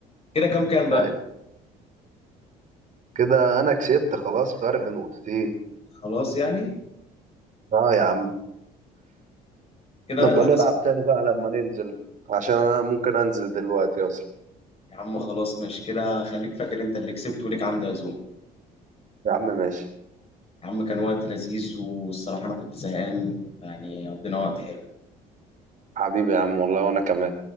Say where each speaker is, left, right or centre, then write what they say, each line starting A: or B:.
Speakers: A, on the left (about 35°); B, on the right (about 50°).
A: كده كام كام بقى
B: يعني كده أنا كسبت خلاص فرق نقطتين
A: خلاص يعني
B: اه يا عم
A: كده
B: نبقى
A: انا اللي
B: نلعب
A: هسيب
B: تاني بقى لما ننزل عشان انا ممكن انزل دلوقتي اصلا
A: يا عم خلاص ماشي كده خليك فاكر انت اللي كسبت وليك عندي عزومه
B: يا عم ماشي
A: يا عم كان وقت لذيذ والصراحه انا كنت زهقان يعني قضينا وقت حلو
B: حبيبي يا عم والله وانا كمان